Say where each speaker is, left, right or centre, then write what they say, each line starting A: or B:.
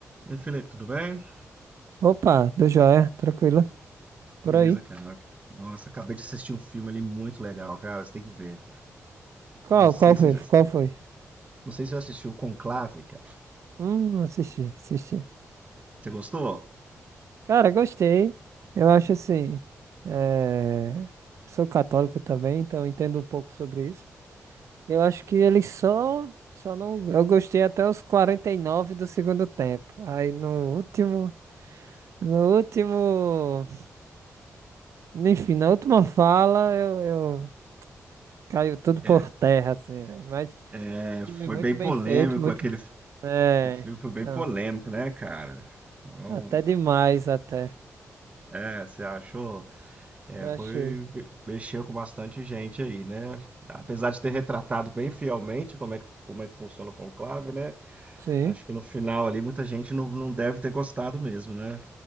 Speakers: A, on the right; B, on the right.
A: E aí, Felipe, tudo bem?
B: Opa, do joia, tranquilo. Por
A: Beleza,
B: aí.
A: cara. Nossa, acabei de assistir um filme ali muito legal, cara. Você tem que ver.
B: Qual,
A: Não sei
B: qual
A: se
B: foi?
A: você já,
B: Qual foi?
A: não sei se você já assistiu Conclave, cara.
B: Hum, assisti, assisti.
A: Você gostou?
B: Cara, gostei. Eu acho assim. eh, Sou católico também, então entendo um pouco sobre isso. Eu acho que ele só, só não. Eu gostei até os 49 do segundo tempo. Aí no último, no último, enfim, na última fala eu, eu caiu tudo por
A: É,
B: terra, assim, velho. Mas
A: é,
B: filme
A: foi
B: muito
A: bem
B: bem
A: polêmico
B: feito, muito.
A: aquele, fi-
B: É,
A: aquele filme, foi bem
B: então.
A: polêmico, né, cara? Então,
B: Até demais, até.
A: é, você achou? É,
B: Eu
A: foi
B: achei.
A: me- mexeu com bastante gente aí, né? Apesar de ter retratado bem fielmente como é que como é que funciona o conclave, né?
B: Sim.
A: Acho que no final ali muita gente não, não deve ter gostado mesmo, né?